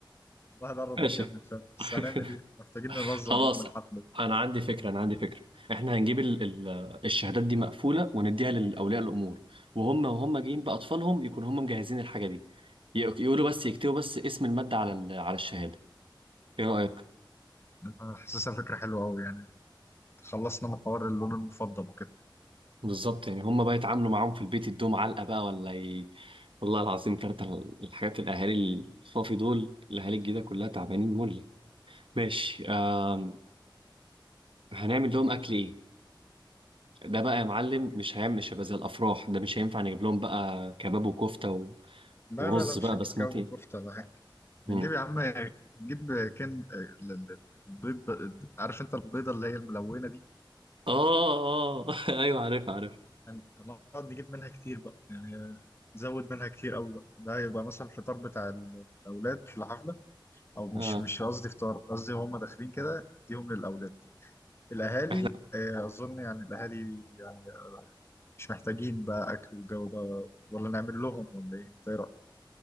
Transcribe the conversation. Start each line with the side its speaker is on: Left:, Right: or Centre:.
Left: الواحد قرب
Right: ماشي
Left: يتجنن فعلا بس
Right: <laughs>
Left: هنعمل ايه محتاجين ننظم
Right: خلاص
Left: ام الحفلة دي
Right: انا عندي فكره انا عندي فكره احنا هنجيب ال ال الشهادات دي مقفوله ونديها للاولياء الامور وهم وهم جايين باطفالهم يكونوا هم مجهزين الحاجه دي ي- يقولوا بس يكتبوا بس اسم الماده على ال- على الشهاده ايه رايك
Left: انا حاسسها فكرة حلوة قوي يعني خلصنا من حوار اللون المفضل وكده
Right: بالظبط يعني هم بقى يتعاملوا معاهم في البيت يدوهم علقه بقى ولا ي... والله العظيم كارت ال- الحاجات الاهالي الصافي دول الاهالي الجديده كلها تعبانين مله ماشي آم... هنعمل لهم اكل ايه ده بقى يا معلم مش هيعمل مش هيبقى زي الافراح ده مش هينفع نجيب لهم بقى كباب وكفته
Left: لا
Right: ورز
Left: لا لا مش
Right: بقى
Left: هنجيب
Right: بسمتي
Left: كباب وكفته ولا حاجه
Right: مم.
Left: هنجيب يا عم هنجيب كان ال- ال- البيض عارف انت البيضه اللي هي الملونه دي
Right: اه اه <laughs> ايوه عارف عارف
Left: هن- هنقعد نجيب منها كتير بقى يعني نزود منها كتير قوي بقى ده هيبقى مثلا الفطار بتاع الاولاد في الحفله او
Right: اه
Left: مش مش قصدي فطار قصدي هم داخلين كده اديهم للاولاد الاهالي
Right: احنا
Left: آه، اظن يعني الاهالي يعني آه، مش محتاجين بقى اكل والجو ده ولا نعمل لهم ولا ايه إنت إيه رأيك؟